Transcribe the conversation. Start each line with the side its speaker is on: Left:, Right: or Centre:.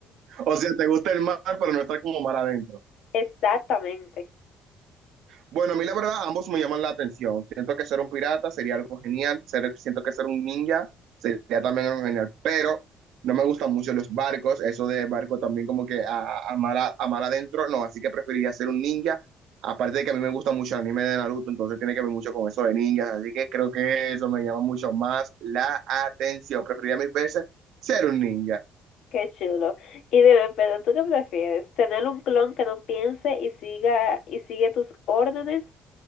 Right: O sea, te gusta el mar, pero no estar como mar adentro.
Left: <laughs> Exactamente.
Right: Bueno, a mí la verdad, ambos me llaman la atención. Siento que ser un pirata sería algo genial. Ser- siento que ser un ninja sería también algo genial. Pero no me gustan mucho los barcos. Eso de barco también como que a, a, a mar, a- a mar adentro, no. Así que preferiría ser un ninja. Aparte de que a mí me gusta mucho el anime de Naruto, entonces tiene que ver mucho con eso de ninjas. Así que creo que eso me llama mucho más la atención. Preferiría mil veces ser un ninja.
Left: Qué chulo. Y dime, pero ¿tú qué prefieres? ¿Tener un clon que no piense y siga y sigue tus órdenes